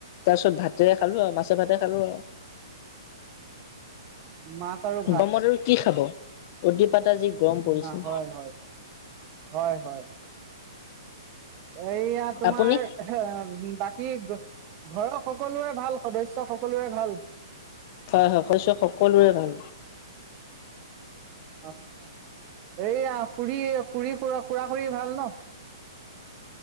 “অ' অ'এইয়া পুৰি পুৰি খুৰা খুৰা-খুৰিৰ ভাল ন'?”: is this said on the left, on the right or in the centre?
Right